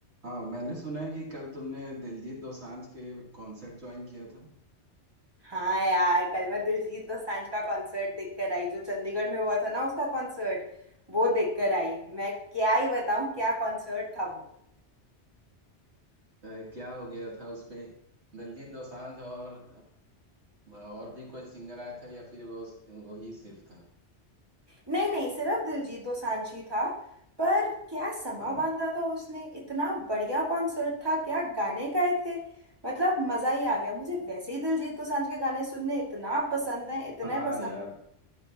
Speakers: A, on the right (about 65°); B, on the right (about 20°).
A: हाँ मैंने सुना है कि कल तुमने दिलजीत दोसांझ के कॉन्सर्ट ज्वाइन किया था
B: हाँ यार कल मैं दिलजीत दोसांझ का कॉन्सर्ट देख कर आई जो चंडीगढ़ में हुआ था ना उसका कॉन्सर्ट वो देख कर आई मैं क्या ही बताऊं क्या कॉन्सर्ट था वो
A: अ, क्या हो गया था उसपे दिलजीत दोसांझ और अ, और भी कोई सिंगर आया था या फिर वो वो ही सिर्फ था
B: नहीं नहीं सिर्फ दिलजीत दोसांझ ही था पर क्या समा
A: हाँ
B: बांधा था उसने इतना बढ़िया कॉन्सर्ट था क्या गाने गाए थे मतलब मजा ही आ गया मुझे वैसे ही दिलजीत दोसांझ के गाने सुनने इतना पसंद है इतने
A: हाँ
B: पसंद
A: यार